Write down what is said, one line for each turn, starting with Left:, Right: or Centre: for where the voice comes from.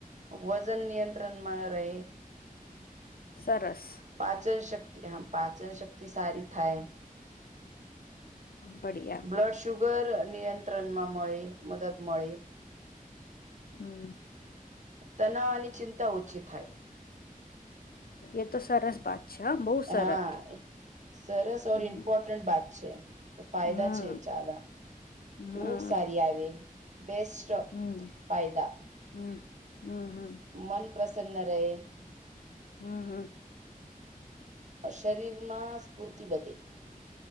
Right: વજન નિયંત્રણ માના એ.
Left: સરસ
Right: પાચન શક્તિ હા પાચન શક્તિ સારી થાય.
Left: બિયા.
Right: બ્લડ શુગર નિયંત્રણ માં મળી મદદ મળી.
Left: હમ.
Right: તનાવાની ચિંતા ઓછી થાય.
Left: એ તો સરસ વાત છે હા, બહુ
Right: હા
Left: સરસ
Right: સરસ
Left: હમ
Right: ઓર ઇમ્પોર્ટન્ટ વાત છે. ફાયદા
Left: હમ
Right: છે ચાર.
Left: હમ
Right: ઉઘ સારી આવે બેસ્ટ
Left: હમ
Right: ફાયદા.
Left: હમ હમ હમ.
Right: મન પ્રસન્ન ન રહે.
Left: હમ હમ.
Right: શરીર માં સ્ફૂર્તિ વધે.